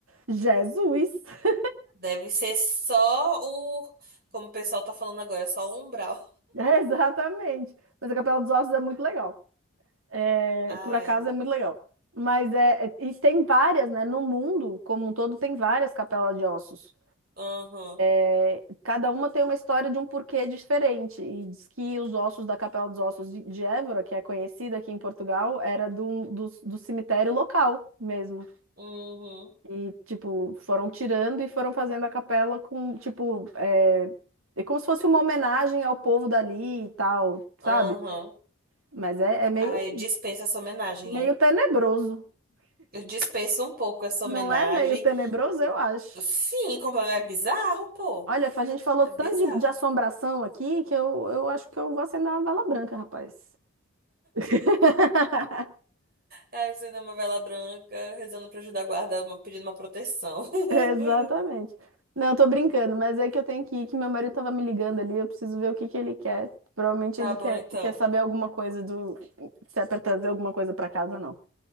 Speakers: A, on the right (about 75°); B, on the right (about 45°).
A: Jesus! <laughs>
B: Deve ser só o. Como o pessoal tá falando agora, só o umbral.
A: É, exatamente. Mas a Capela dos Ossos é muito legal. É,
B: Ai.
A: por acaso é muito legal. Mas é, é- e tem várias, né? No mundo, como um todo, tem várias capelas de ossos.
B: Uhum,
A: É, Cada uma tem uma história de um porquê diferente. E diz que os ossos da Capela dos Ossos de de Évora, que é conhecida aqui em Portugal, era do, do, do cemitério local mesmo.
B: uhum,
A: E, tipo, foram tirando e foram fazendo a capela com, tipo, é, é como se fosse uma homenagem ao povo dali e tal, sabe?
B: uhum.
A: Mas é, é meio,
B: Ai, eu dispenso essa homenagem,
A: meio
B: hein?
A: tenebroso.
B: Eu dispenso um pouco essa
A: Não
B: homenagem.
A: é meio tenebroso, eu acho.
B: Sim, completamente. É bizarro, pô.
A: Olha, a gente falou
B: É
A: tanto
B: bizarro.
A: de, de assombração aqui que eu, eu acho que eu vou acender uma vela branca, rapaz. <laughs>
B: Aí você dá uma vela branca, rezando pra ajudar a guarda, uma- pedindo uma proteção. <laughs>
A: Exatamente. Não, tô brincando, mas é que eu tenho que ir, que meu marido tava me ligando ali, eu preciso ver o que que ele quer. Provavelmente
B: Tá
A: ele
B: bom
A: quer,
B: então.
A: quer saber alguma coisa do, se é pra trazer alguma coisa pra casa ou não.